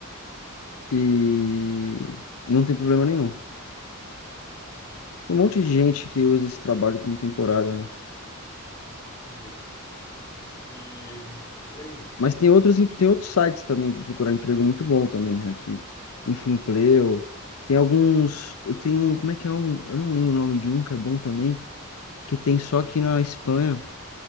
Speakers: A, on the left; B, on the left.
A: e não tem problema nenhum. Tem
B: Entendi,
A: um monte de gente que usa esse trabalho como temporário, né?
B: entendi. E, e aí?
A: Mas tem outros, em- tem outros sites também para procurar emprego muito bom também aqui. Infoempleo. Tem alguns. Eu tenho um. Como é que é um? Eu não lembro o nome de um que é bom também, que tem só aqui na Espanha,